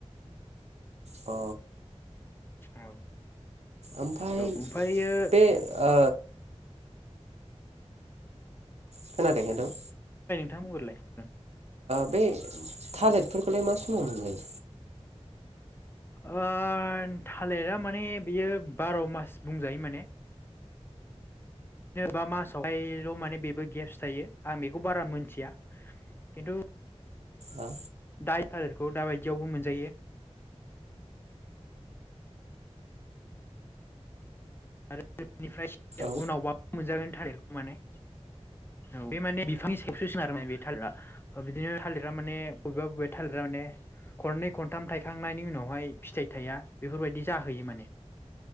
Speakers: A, on the right; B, on the left.
A: औ
B: औ
A: ओमफ्राय
B: औ ओमफ्रायो
A: बे ओ खोनादों हेल'
B: थाङा मबेल लायो उम
A: बे थालिरफोरखौलाय मा समाव मोनलायो
B: ओ थालिरा माने बियो बार' मास बुंजायो माने बा मासावहायल' माने बेबो गेप्स थायो आं बेखौ बारा मोनथिया खिन्थु
A: ओ
B: दा थालेरखौ दाबायदियावबो मोनजायो। आरो बेनिफ्राय
A: ओ
B: उनावबो मोनजागोन थायो माने औ बे माने बिफांनि सेबस'सोन आरो माने बे थालिरा बिदिनो थालिरा माने बबेबा बबेबा थालिरा माने खरनै खनथाम थायखांनायनि उनावहाय फिथाइ थाया बेफोरबायदि जाहैयो माने